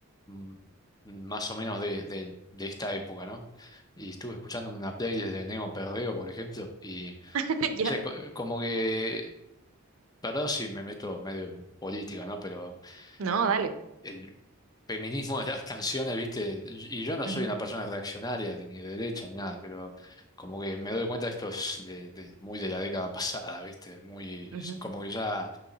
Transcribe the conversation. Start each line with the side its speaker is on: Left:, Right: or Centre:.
Left: mm, más o menos de, de, de esta época, ¿no? Y estuve escuchando una playlist de Neo Perreo, por ejemplo, y
Right: <laughs>
Left: No
Right: Ya.
Left: sé, co- eh, como que, perdón si me meto medio en política, ¿no? Pero
Right: No, dale.
Left: eh, el feminismo de las canciones, ¿viste? Y yo no
Right: Ujú,
Left: soy una persona reaccionaria, de- ni de derecha, ni nada, pero como que me doy cuenta de esto es de, de- muy de la década pasada, ¿viste? Muy,
Right: ujú.
Left: como que ya,